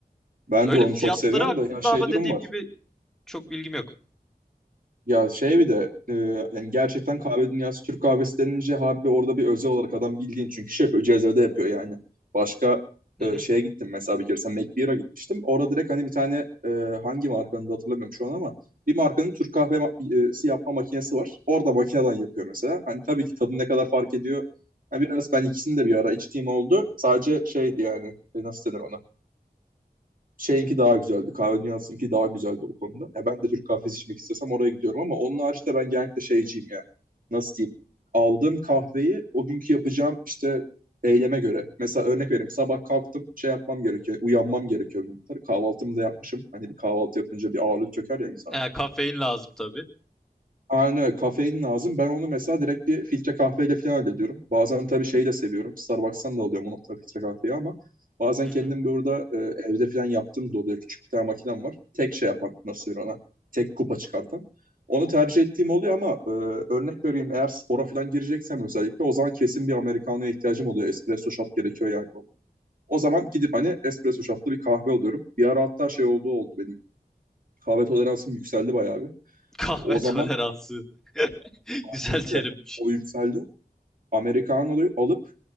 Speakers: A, on the right (about 60°); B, in the centre.
A: ben
B: Öyle
A: de onu
B: fiyatları
A: çok seviyorum
B: hakkında
A: da ya şey
B: ama
A: durum
B: dediğim
A: var.
B: gibi çok bilgim yok.
A: Ya şey bir de e, yani gerçekten kahve dünyası Türk kahvesi denince harbi orada bir özel olarak adam bildiğin çünkü şey yapıyor cezvede yapıyor yani. Başka
B: Hı
A: e,
B: hı.
A: şeye gittim mesela bir kere sen McBeer'a gitmiştim. Orada direkt hani bir tane e, hangi markanın da hatırlamıyorum şu an ama bir markanın Türk kahvesi yapma makinesi var. Orada makineden yapıyor mesela. Hani tabii ki tadı ne kadar fark ediyor. Hani biraz ben ikisini de bir ara içtiğim oldu. Sadece şeydi yani e, nasıl denir ona? Şeyinki daha güzeldi. Kahve Dünyası'nınki daha güzeldi o konuda. Ya ben de Türk kahvesi içmek istesem oraya gidiyorum ama onun haricinde ben genellikle şeyciyim yani. Nasıl diyeyim? Aldığım kahveyi o günkü yapacağım işte eyleme göre. Mesela örnek vereyim. Sabah kalktım şey yapmam gerekiyor. Uyanmam gerekiyor. bir Kahvaltımı da yapmışım. Hani bir kahvaltı yapınca bir ağırlık çöker ya insan.
B: E, kafein lazım tabii.
A: Aynen öyle. Kafein lazım. Ben onu mesela direkt bir filtre kahveyle falan hallediyorum. Bazen tabii şeyi de seviyorum. Starbucks'tan da alıyorum o nokta filtre kahveyi ama bazen
B: Hı
A: kendim
B: hı.
A: burada e, evde falan yaptığım da oluyor. Küçük bir tane makinem var. Tek şey yapan nasıl denir ona? Tek kupa çıkartan. Onu tercih ettiğim oluyor ama e, örnek vereyim eğer spora falan gireceksem özellikle o zaman kesin bir Americano'ya ihtiyacım oluyor. Espresso shot gerekiyor yani bana. O zaman gidip hani espresso shotlı bir kahve alıyorum. Bir ara hatta şey olduğu oldu benim. Kahve toleransım yükseldi bayağı bir.
B: Kahve
A: O zaman
B: toleransı. <laughs>
A: Aynen
B: Güzel terimmiş.
A: öyle. O yükseldi. Americano'yu alıp